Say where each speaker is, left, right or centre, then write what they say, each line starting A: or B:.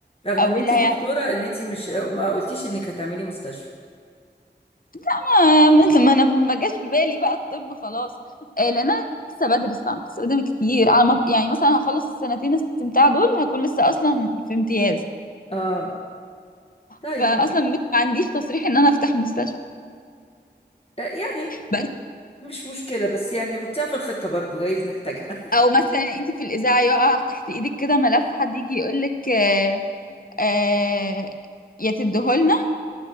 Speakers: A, on the left (about 35°); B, on the left (about 55°).
A: رغم
B: او
A: ان انت
B: اللي هي
A: دكتوره ان انت مش ما قلتيش انك هتعملي مستشفى
B: ما ما ما انا ما جاش في بالي بقى الطب خلاص آه، لان انا لسه بدرس فاهمه لسه قدامي كتير على ما يعني مثلا هخلص السنتين استمتاع دول هكون لسه اصلا في امتياز
A: اه طيب
B: فاصلا مش ما عنديش تصريح ان انا افتح مستشفى
A: آه، يعني
B: بس
A: مش مشكله بس يعني حطيها في الخطه برضو جايز نحتاجها
B: او مثلا انت في الاذاعه يقع تحت ايدك كده ملف حد يجي يقول لك آه، آه، يا تديهولنا